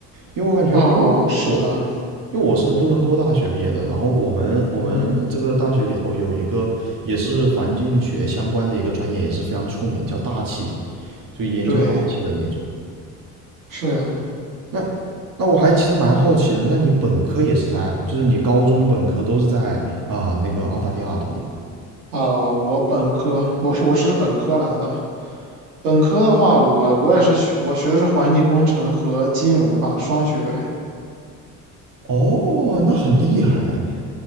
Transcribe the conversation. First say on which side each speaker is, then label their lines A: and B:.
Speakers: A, on the right (about 50°); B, on the right (about 85°).
A: 因为我感觉，
B: 哦，
A: 因为我
B: 是的，
A: 因为我是多伦多大学毕业的，然后我们我们这个大学里头有一个也是环境学相关的一个专业，
B: 嗯，
A: 也是非常出名，叫大气，就研究大气的那种。
B: 对，是呀。
A: 那那我还其实蛮好奇的，那你本科也是在，就是你高中本科都是在啊、那个澳大利亚读的吗？
B: 啊、我本科，我是我是本科来的。本科的话，我我也是学，我学的是环境工程和金融吧，双学位
A: 哦，那很厉害呀你，